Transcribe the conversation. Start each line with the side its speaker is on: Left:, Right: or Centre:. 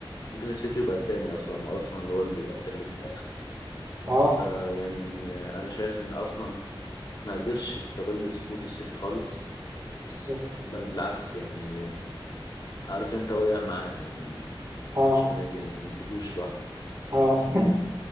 Left: ممكن السيتي يبقى التاني أصلا وأرسنال هو اللي يبقى التالت في الآخر
Right: اه
Left: فيعني آه، أنا شايف إن أرسنال ما قدرش يستغل سقوط السيتي خالص
Right: بالظبط
Left: بل بالعكس يعني عارف انت واقع معاه يعني
Right: اه
Left: عشان ما يس- ما يسيبوش لوحده
Right: اه <laughs>